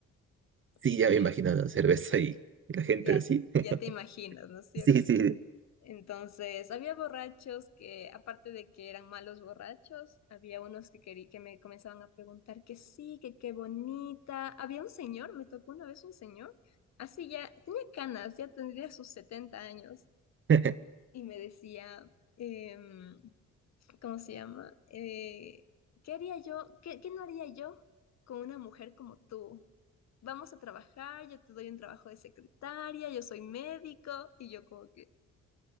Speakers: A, on the right; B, on the left.
A: Sí,
B: y
A: ya me imagino la cerveza y y la gente
B: ya,
A: así. <laughs>
B: ya te imaginas, ¿no es cierto?
A: Sí, sí.
B: Entonces, había borrachos que, aparte de que eran malos borrachos, había unos que querí- que me comenzaban a preguntar que sí, que qué bonita. Había un señor, me tocó una vez un señor, así ya, tenía canas, ya tendría sus 70 años,
A: <laughs>
B: y me decía, em, ¿cómo se llama? Eh, ¿qué haría yo? ¿Qué, qué no haría yo con una mujer como tú? Vamos a trabajar, yo te doy un trabajo de secretaria, yo soy médico, y yo como que...